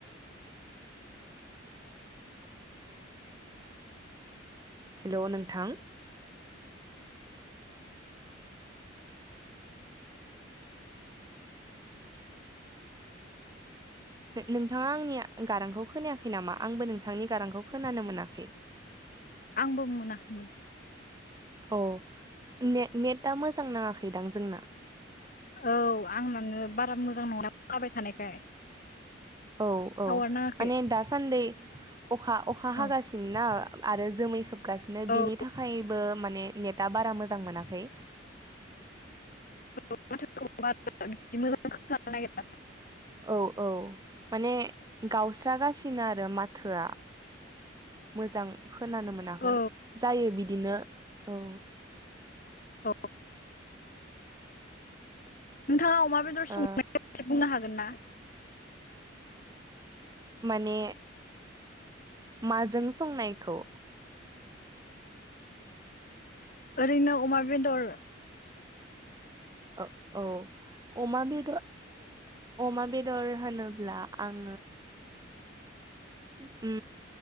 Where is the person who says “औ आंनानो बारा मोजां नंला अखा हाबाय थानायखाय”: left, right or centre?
Left